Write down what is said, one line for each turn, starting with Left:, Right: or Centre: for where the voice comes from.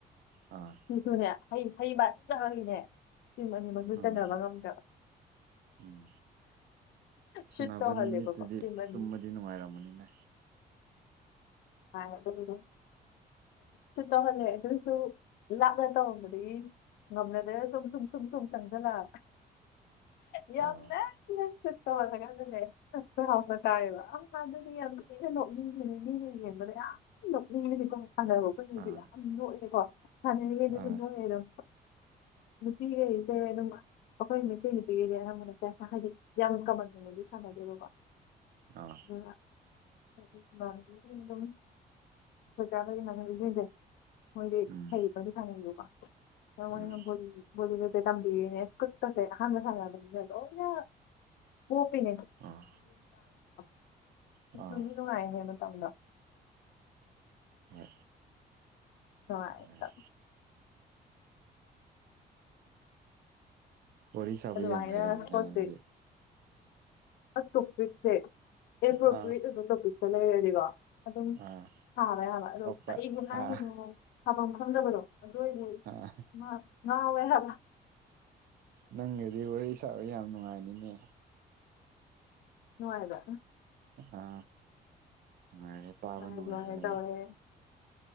Right: ꯑꯥ
Left: ꯁꯤꯁꯨꯅꯦ ꯍꯩ ꯍꯩꯃꯟꯗꯕꯒꯤꯅꯦ ꯇꯤꯝ ꯑꯅꯤꯃꯛꯁꯅꯦ
Right: ꯎꯝ
Left: ꯆꯟꯅꯕ ꯉꯝꯗꯕ
Right: ꯎꯝ ꯁꯥꯟꯅꯕ
Left: ꯁꯨꯠ ꯇꯧꯍꯜꯂꯦꯕꯀꯣ
Right: ꯅꯨꯃꯤꯠꯇꯨꯗꯤ
Left: ꯇꯤꯝ ꯑꯅꯤ
Right: ꯇꯨꯝꯕꯗꯤ ꯅꯨꯡꯉꯥꯏꯔꯃꯅꯤꯅꯦ
Left: ꯑꯗꯨꯗꯤ ꯁ ꯇꯧꯍꯜꯂꯦ ꯑꯗꯨꯏꯁꯨ ꯂꯥꯞꯅ ꯇꯧꯔꯝꯕꯗꯤ ꯉꯝꯅꯗ꯭ꯔꯦ ꯁꯨꯝ ꯁꯨꯝ ꯁꯨꯝ ꯁꯨꯝ ꯆꯪꯊꯜꯂꯛ ꯌꯝꯅ
Right: ꯑꯥ
Left: ꯁꯠꯇꯂ ꯀꯥꯟꯗ ꯂꯩ ꯍꯁ ꯍꯥꯎꯕ ꯇꯥꯏꯌꯦꯕ ꯑ ꯑꯗꯨꯗꯤ ꯌꯥꯝ ꯊꯤꯅ ꯅꯣꯛꯅꯤꯡꯁꯤꯅꯤꯅꯦ ꯌꯦꯡꯕꯗ ꯌꯥꯝ ꯅꯣꯛꯅꯤꯡꯉꯅꯤꯀꯣ ꯁꯥꯟꯅꯕ ꯑꯩꯈꯣꯏꯅꯁꯨꯛ
Right: ꯑꯥ
Left: ꯌꯥꯝ ꯅꯣꯛꯑꯦꯀꯣ ꯁꯥꯟꯅꯔꯤꯉꯩꯗꯁꯨ
Right: ꯑꯥ
Left: ꯃꯣꯏ ꯑꯗꯨꯝ ꯅꯨꯄꯤꯈꯩꯁꯦ ꯑꯗꯨꯝ ꯑꯩꯈꯣꯏ ꯃꯩꯇꯩ ꯅꯨꯄꯤꯒꯤꯗꯤ ꯑꯅꯝꯕꯅ ꯍꯥꯏꯗꯤ ꯌꯥꯝ ꯀꯃꯟ ꯑꯣꯏꯅꯗꯤ ꯁꯥꯟꯅꯗꯦꯕ ꯀꯣ
Right: ꯑꯥ
Left: ꯎ ꯑꯗꯨꯝ ꯑꯣꯖꯥꯈꯒꯤꯃꯅꯕꯤꯁꯤꯡꯁꯦ ꯃꯣꯏꯗꯤ
Right: ꯎꯝ
Left: ꯍꯩꯕꯒꯤ ꯁꯥꯅꯤꯡꯗꯣꯀꯣ ꯀꯃꯥꯏꯅꯣ
Right: ꯎꯝ
Left: ꯇꯝꯕꯤꯔꯤꯅꯦ ꯈꯨꯠꯀꯥꯁꯦ ꯑꯍꯥꯟꯅ ꯁꯥꯟꯅꯕꯗꯤꯅꯦ ꯂꯣꯏꯅ ꯄꯣꯞꯄꯤꯅꯦ
Right: ꯑꯥ
Left: <unintelligible>
Right: ꯑꯥ
Left: ꯅꯨꯡꯁꯨ ꯅꯨꯡꯉꯥꯏꯍꯦ ꯃꯇꯝꯗꯣ
Right: ꯍꯣꯏ
Left: <unintelligible>
Right: ꯌꯥꯏ ꯋꯥꯔꯤ ꯁꯥꯕ
Left: ꯑꯗꯨꯃꯥꯏꯅ
Right: ꯌꯥꯝ ꯍꯩꯔꯝꯃꯤ
Left: ꯁ꯭ꯄꯣꯔꯠꯁꯦ
Right: ꯅꯪꯗꯤ
Left: ꯑꯁ ꯇꯣꯄꯤꯛꯁꯦ <unintelligible> ꯑꯣꯏꯕ
Right: ꯑꯥ
Left: ꯇꯣꯄꯤꯛꯇꯣ ꯂꯩꯔꯗꯤꯀꯣ ꯑꯗꯨꯝ
Right: ꯑꯥ
Left: ꯁꯥꯕ ꯌꯥꯕ ꯑꯗꯣ
Right: ꯊꯣꯛꯄ
Left: ꯀꯔꯤꯕꯨ ꯍꯥꯏꯗꯣꯏꯅꯣ
Right: ꯑꯥ
Left: ꯁꯥꯕꯝ ꯈꯪꯗꯕꯗꯣ ꯑꯗꯨ ꯑꯣꯏꯗꯤ
Right: ꯑꯥ
Left: ꯉ ꯉꯥꯎꯋꯦ ꯍꯥꯏꯕ
Right: ꯅꯪꯒꯗꯤ ꯋꯥꯔꯤ ꯁꯥꯕ ꯌꯥꯝ ꯅꯨꯡꯉꯥꯏꯅꯤꯅꯦ
Left: ꯅꯨꯡꯉꯥꯏꯕ
Right: ꯑ ꯅꯨꯡꯉꯥꯏꯔꯤ ꯇꯥꯕ
Left: ꯍꯣꯏ
Right: ꯅꯨꯡꯉꯥꯏ
Left: ꯑꯗꯨꯃꯥꯏꯅ
Right: ꯑꯗꯨꯝ
Left: ꯇꯧꯋꯦ